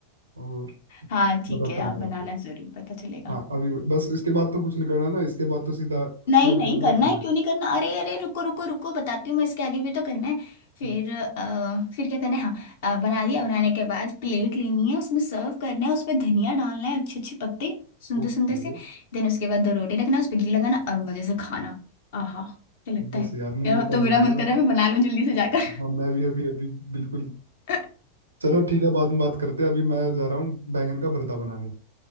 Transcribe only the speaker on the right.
और
बताता
हूँ फिर
आपको
हाँ अभी बस इसके बाद तो कुछ नहीं करना ना इसके बाद तो सीधा
सर्व
करना
और खाना
है
ओके
बस
यार मुंह
में
पानी
आ
गया
अब
हाँ मैं भी अभी अभी बिल्कुल
चलो ठीक है बाद में बात करते हैं अभी मैं जा रहा हूँ बैंगन का भरता बनाने